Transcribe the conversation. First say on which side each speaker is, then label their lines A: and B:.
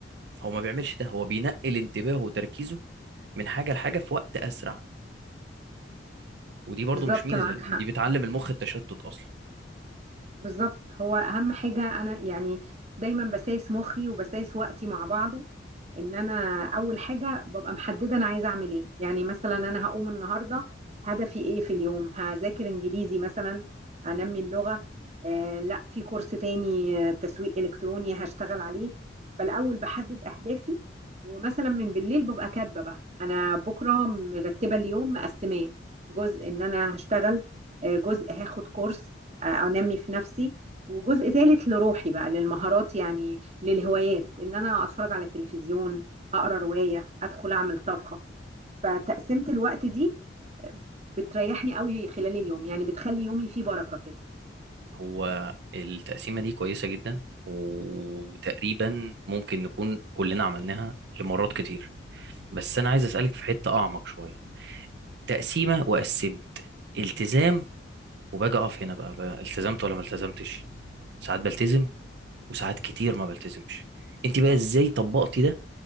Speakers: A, on the right (about 60°); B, on the right (about 35°).
A: هو ما بيعملش ده هو بينقل انتباهه وتركيزه من حاجه لحاجه في وقت اسرع ودي برضو
B: بالظبط
A: مش ميزه
B: معاك
A: لان
B: حق
A: دي بتعلم المخ التشتت اصلا
B: بالظبط هو اهم حاجه انا يعني دايما بسايس مخي وبسايس وقتي مع بعضه ان انا اول حاجه ببقى محدده انا عايزه اعمل ايه يعني مثلا انا هقوم النهارده هدفي ايه في اليوم هذاكر انجليزي مثلا انمي اللغه آه لا في كورس تاني آه، تسويق الكتروني هشتغل عليه فالاول بحدد اهدافي ومثلا من بالليل ببقى كاتبه بقى انا بكره مرتبه اليوم مقسماه جزء ان انا هشتغل آه، جزء هاخد كورس آه، انمي في نفسي وجزء ثالث لروحي بقى للمهارات يعني للهوايات ان انا اتفرج على تلفزيون اقرا روايه ادخل اعمل طبخه فتقسيمه الوقت دي بتريحني قوي خلال اليوم يعني بتخلي يومي فيه بركه كده
A: هو التقسيمة دي كويسة جدا وتقريبا ممكن نكون كلنا عملناها لمرات كتير بس أنا عايز أسألك في حتة أعمق شوية تقسيمة وقسمت التزام وباجي أقف هنا بقى, بقى التزمت ولا ما التزمتش ساعات بلتزم وساعات كتير ما بلتزمش أنت بقى إزاي طبقتي ده